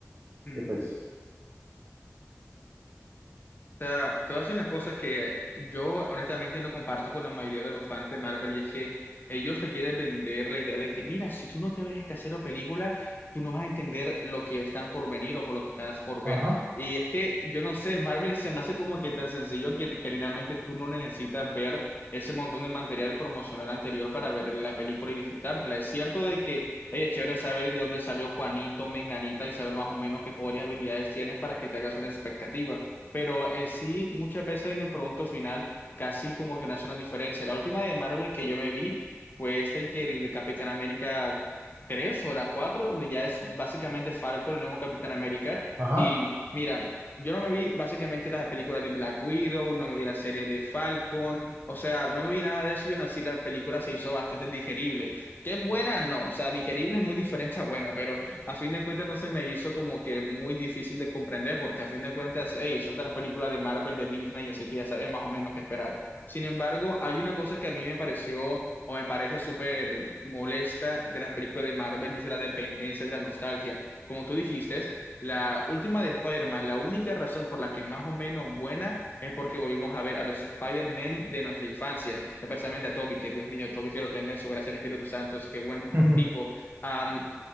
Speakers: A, on the left; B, on the right.
A: mm.
B: que, Pues
A: sea, te voy a decir una cosa que yo honestamente no comparto con la mayoría de los fans de Marvel y es que ellos te quieren vender la idea de que, mira, si tú no te ves esta cero película, tú no vas a entender lo que están por venir o por lo que estás por ver.
B: Ajá,
A: Y es que yo no sé, Marvel se me hace como que tan sencillo que genuinamente tú no necesitas ver ese montón de material promocional anterior para ver la película y disfrutártela. Es cierto de que, hey, es chévere saber de dónde salió Juanito, Menganita y saber más o menos qué poderes y habilidades tienes para que te hagas una expectativa pero en sí muchas veces en el producto final casi como que no hace una diferencia. La última de Marvel que yo me vi fue esta y que el de Capitán América 3 o la 4 donde ya es básicamente Falcon, el nuevo Capitán América.
B: ajá.
A: Y mira, yo no me vi básicamente las películas de Black Widow, no me vi la serie de Falcon, o sea, no me vi nada de eso, yo nací, la película se hizo bastante digerible. ¿Qué buena? No, o sea, digerible es muy <laughs> diferente a buena, pero a fin de cuentas no se me hizo como que muy difícil de comprender, porque a fin de cuentas, hey, es otra película de Marvel, de Disney, así que ya sabes más o menos qué esperar. Sin embargo, hay una cosa que a mí me pareció o me parece súper molesta de las películas de Marvel y es la dependencia de la nostalgia. Como tú dijiste, la última de Spider-Man, la única razón por la que más o menos buena es porque volvimos a ver a los Spider-Man de nuestra infancia, especialmente a Toby, que Dios mío, Toby que lo tenga en su gracia el Espíritu Santo, es qué buen
B: <laughs>
A: tipo. Am,